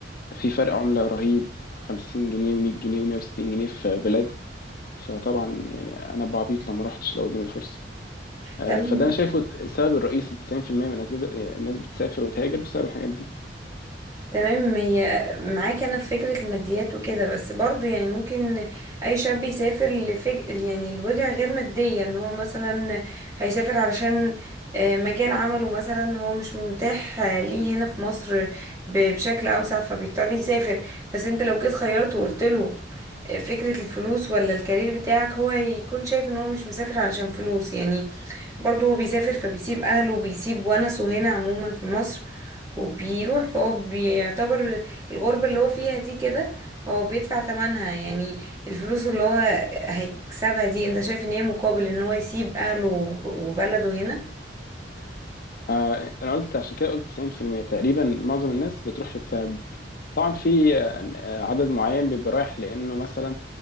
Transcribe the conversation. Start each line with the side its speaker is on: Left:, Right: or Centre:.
Left: في فرق عملة رهيب 50 جنيه و100 جنيه و160 جنيه في بلاد فطبعا يعني انا بعبيط لو ما رحتش لو قدامي فرصة آه،
Right: تمام
Left: فده انا شايفه السبب الرئيسي 90% من اسباب الناس بتسافر وتهاجر بسبب الحاجات دي
Right: تمام هي معاك انا في فكرة الماديات وكده بس برضو يعني ممكن اي شاب يسافر لفج... يعني لوجهة غير مادية ان هو مثلا هيسافر علشان آه، مجال عمله مثلا هو مش متاح آه، ليه هنا في مصر ب- بشكل اوسع فبيضطر يسافر بس انت لو جيت خيرته وقلت له آه، فكرة الفلوس ولا الكارير بتاعك هو هيكون شايف ان هو مش مسافر علشان فلوس يعني برضو هو بيسافر فبيسيب اهله وبيسيب ونسه هنا عموما في مصر وبيروح فهو بيعتبر الغربة اللي هو فيها دي كده هو بيدفع تمنها يعني الفلوس اللي هو هيكسبها دي انت شايف ان هي مقابل ان هو يسيب اهله وبلده هنا
Left: آه، انا قلت عشان كده قلت 90% تقريبا معظم الناس بتروح للسبب ده طبعا في آه، عدد معين بيبقى رايح لانه مثلا